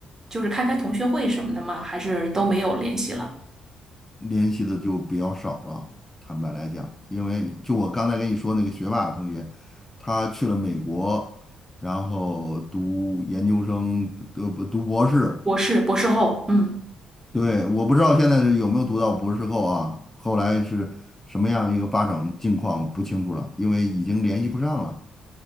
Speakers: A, on the right (about 20°); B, on the left (about 15°).
A: 就是开开同学会什么的吗？还是都没有联系了？
B: 联系的就比较少了。坦白来讲，因为就我刚才跟你说那个学霸同学，他去了美国，然后读研究生，读读博士。
A: 博士，博士后，嗯。
B: 对，我不知道现在是有没有读到博士后啊，后来是什么样一个发展境况不清楚了，因为已经联系不上了。